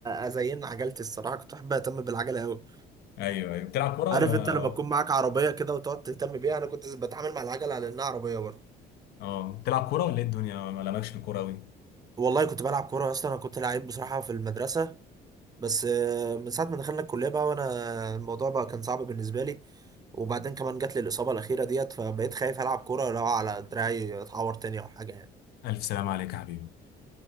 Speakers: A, on the right (about 20°); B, on the left (about 70°).
A: ازين عجلتي الصراحة كنت بحب اهتم بالعجلة قوي
B: ايوه ايوه بتلعب كوره
A: عارف
B: ولا
A: انت لما تكون معاك عربية كده وتقعد تهتم بيها انا كنت بتعامل مع العجلة على انها عربية برضو
B: اه بتلعب كوره ولا ايه الدنيا ما لمكش في الكوره قوي
A: والله كنت بلعب كورة اصلا انا كنت لعيب بصراحة في المدرسة بس آه، من ساعة ما دخلنا الكلية بقى وانا الموضوع بقى كان صعب بالنسبة لي وبعدين كمان جات لي الإصابة الأخيرة ديت فبقيت خايف ألعب كورة لو على دراعي أتعور تاني أو حاجة يعني
B: الف سلام عليك يا حبيبي